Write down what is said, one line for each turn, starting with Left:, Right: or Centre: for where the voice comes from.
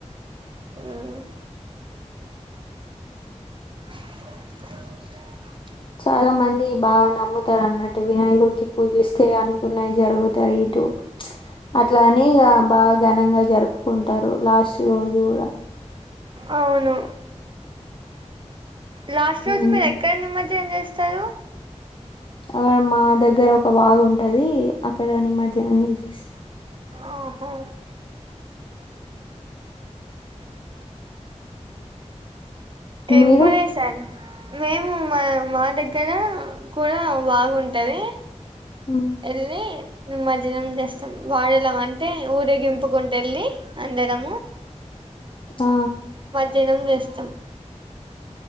Right: హుహ్ <inaudible>
Left: చాలా మంది బాగా నమ్ముతారు. అన్నట్టు వినాయకుడికి పూజిస్తే అనుకున్నాయి, జరుగుతాయి ఇటు. అట్లాని ఇగా బాగా ఘనంగా జరుపుకుంటారు. లాస్ట్ రోజు కూడా
Right: అవును లాస్ట్ రోజు
Left: ఉమ్
Right: మీరు ఎక్కడ నిమర్జనం చేస్తరు.
Left: అక్కడ మా దగ్గర ఒక వాగుంటది. అక్కడ ననిమజ్జనం చేచోస్తాం.
Right: ఆహో ఏం
Left: మీరు
Right: కొనేసాను మేము మా మా దగ్గర కూడా కులా బాగుంటది.
Left: ఉమ్,
Right: ఏళ్ళి నిమర్జనం జేస్తం. వాడెలో అంటే ఊరేగింపుకుంటూ వెళ్ళి అందరము
Left: ఆ
Right: దినం చేస్తాం